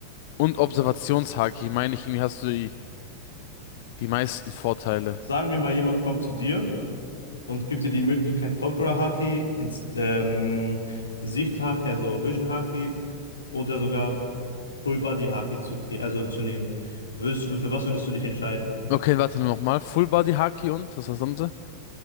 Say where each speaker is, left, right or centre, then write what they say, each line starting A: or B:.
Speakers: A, on the left (about 50°); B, on the left (about 75°).
A: Und Observationshaki, meine ich, irgendwie hast du die, die meisten Vorteile.
B: Sagen wir mal, jemand kommt zu dir und gibt dir die Möglichkeit Conqueror Haki, Inst ähm, Sicht Haki, also Vision Haki oder sogar Full Body Haki zu, also zu nehmen. Würdest, du- für was würdest du dich entscheiden?
A: Okay, warte nochmal. Full Body Haki und? Was war das andere?